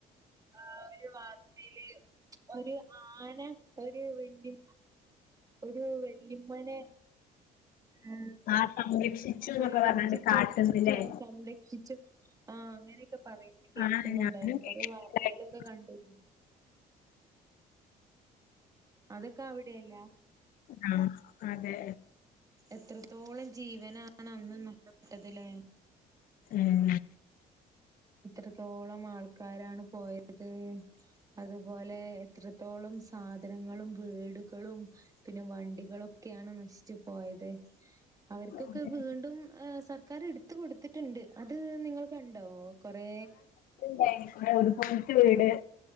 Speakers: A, on the right (about 20°); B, on the left (about 65°).
A: ആ ഒരു വാർത്തയില് ഒരു ആന ഒരു വീട്ടി ഒരു വല്ലിമ്മാനെ ആ
B: ആഹ് സംരക്ഷിച്ചു എന്നൊക്കെ
A: പേടിച്ചിട്ട്
B: പറഞ്ഞാണ്ട് കാട്ടുന്നില്ലേ
A: ഞാൻ സംരക്ഷിച്ചു ആഹ അങ്ങനെയൊക്കെ പറയുന്ന കേക്കുന്നുണ്ടായിരുന്നു
B: ആഹ് ഞാനും കേട്ടിട്ടുണ്ടായിരുന്നു
A: കൊറെേ വാർത്തയിലൊക്കെ കണ്ടിരുന്നു അതൊക്കെ അവിടെയല്ല
B: ആഹ അതെ
A: എത്രത്തോളം ജീവനാണ് അന്ന് നഷ്ടപ്പെട്ടതില്ലേ
B: ഉം
A: ഇത്രത്തോളം ആൾക്കാരാണ് പോയത് അതുപോലെ എത്ര ത്തോളം സാധനങ്ങളും വീടുകളും പിന്നെ വണ്ടികളൊക്കെയാണ് നശിച്ചു പോയത് അവർക്കൊക്കെ
B: അതെ
A: വീണ്ടുംമ്മ് സർക്കാർ എടുത്തു കൊടുത്തിട്ടുണ്ട് അത് നിങ്ങൾ കണ്ടോ കൊറേ
B: ണ്ട ഒരു പോയിറ്റ് വീട്